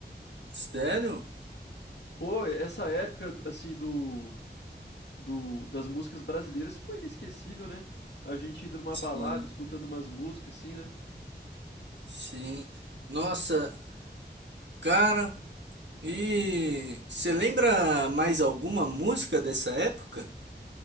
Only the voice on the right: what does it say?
Sério?
Sim,
sim. Nossa, cara, E você lembra mais alguma música dessa época?